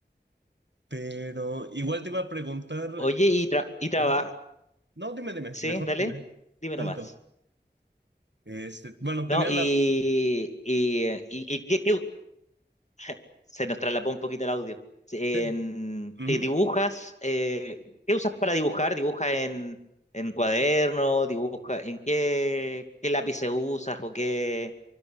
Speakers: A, on the right; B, on the left.
A: Pero igual te iba a preguntar,
B: Oye, y, tra- y trabaja.
A: ujú. no, dime, dime,
B: Sí,
A: mejor
B: dale.
A: dime,
B: Dime
A: dale
B: nomás.
A: tú. Este, bueno,
B: No,
A: tenía
B: y,
A: la...
B: y, eh, y, y qué- qué- <laughs> se nos traslapó un poquito el audio. Sí,
A: sí,
B: En,
A: ujú.
B: ¿te dibujas? eh, ¿qué usas para dibujar? ¿Dibujas en, en cuaderno? ¿Dibuja en qué, qué lápices usas o qué